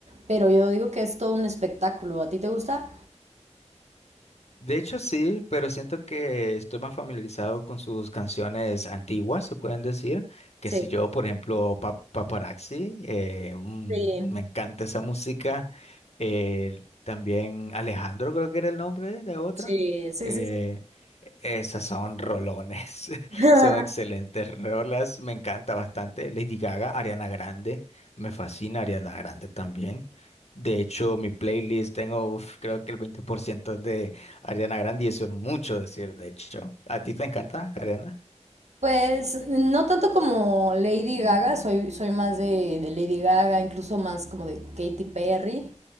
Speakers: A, on the right (about 70°); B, on the left (about 65°).
A: pero yo digo que es todo un espectáculo. ¿A ti te gusta?
B: De hecho sí, pero siento que estoy más familiarizado con sus canciones antiguas, se pueden decir, que
A: Sí,
B: si yo, por ejemplo, Pa- Paparazzi, eh, mm,
A: sí,
B: me encanta esa música. Eh, también Alejandro creo que era el nombre de otra.
A: sí, sí,
B: Eh,
A: sí. sí.
B: e-, esas son rolones, <laughs>
A: <laughs>
B: son excelentes rolas, me encanta bastante. Lady Gaga, Ariana Grande, me fascina Ariana Grande también. De hecho, mi playlist tengo, uf, creo que el 20% Ariana Grande, y eso es mucho decir, de hecho. ¿A ti te encanta, Ariana?
A: Pues no tanto como Lady Gaga, soy, soy más de, de Lady Gaga, incluso más como de Katy Perry,